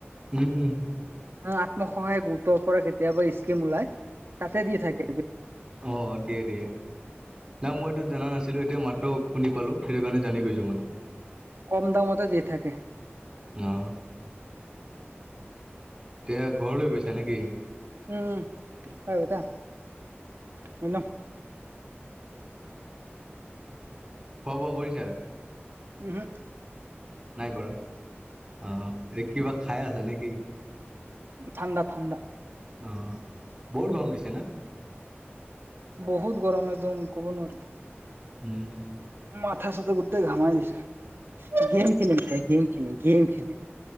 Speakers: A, on the right; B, on the right.
A: উম উম।
B: অ আত্মসহায়ক গোটৰ পৰা কেতিয়াবা স্কিম ওলাই তাতে দি থাকে।
A: অহ, দিয়ে দিয়ে। নাই মই এইটো জানা নাছিলো এতিয়া মাত্ৰ শুনি পালোঁ সেইটো কাৰণে জানি গৈছোঁ মানে।
B: কম দামতে দি থাকে।
A: উম অহ। এতিয়া ঘৰলৈ গৈছা নেকি?
B: উম, ঐ বেটা, হয় ন?
A: খোৱা বোৱা কৰিছা।
B: উম হো।
A: নাই কৰা। অ এতিয়া খাই আছে নেকি?
B: থান্দা থান্দা।
A: অ বৰ গৰম দিছে। না?
B: বহুত গৰম একদম ক'ব নোৱাৰি।
A: উম।
B: মাথা চাথা গোটেই ঘামাই দিছে। গেম খেলিম এতিয়া গেম খেলিম গেম খেলিম।